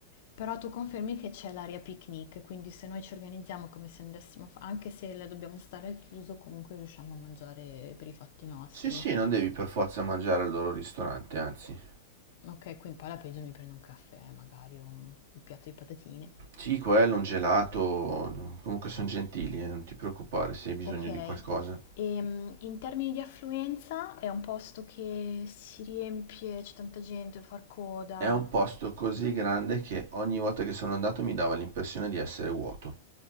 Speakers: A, on the left (about 55°); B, on the right (about 65°).
A: Però tu confermi che c'è l'area picnic, quindi se noi ci organizziamo come se andassimo, a fa- anche se la dobbiamo stare al chiuso, comunque riusciamo a mangiare per i fatti nostri.
B: Sì, sì, non devi per forza mangiare al loro ristorante, anzi.
A: Ok, qui in poi alla peggio mi prendo un caffè, magari o un, un piatto di patatine.
B: Sì, quello, un gelato, comunque sono gentili, eh, non ti preoccupare se hai bisogno
A: Ok,
B: di qualcosa.
A: ehm, in termini di affluenza è un posto che si riempie, c'è tanta gente, far coda.
B: È un posto così grande che ogni volta che sono andato mi dava l'impressione di essere vuoto.